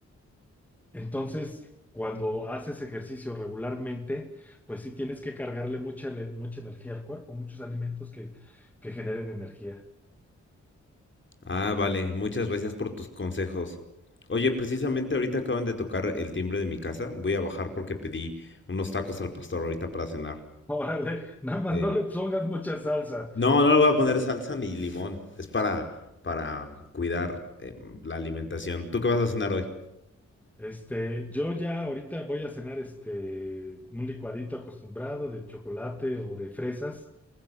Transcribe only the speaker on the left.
Ah, vale, muchas gracias por tus consejos. Oye, precisamente ahorita acaban de tocar el timbre de mi casa. Voy a bajar porque pedí unos tacos al pastor ahorita para cenar.
Eh,
No, no le voy a poner salsa ni limón. Es para, para cuidar eh, la alimentación. ¿Tú qué vas a cenar hoy?